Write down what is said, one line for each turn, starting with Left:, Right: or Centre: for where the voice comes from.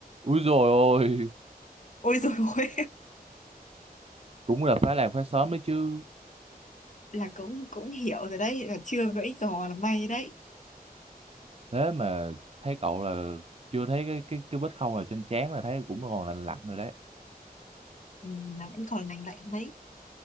Right: Úi dồi ôi
Left: ôi rồi ôi
Right: cũng là phá làng phá xóm đấy chứ
Left: <laughs> là cũng cũng hiểu rồi đấy là chưa gãy giò là may đấy
Right: thế mà thấy cậu là chưa thấy cái cái cái vết khâu nào trên trán là thấy cũng còn lành lặn rồi đấy
Left: ừ, là vẫn còn lành lạnh đấy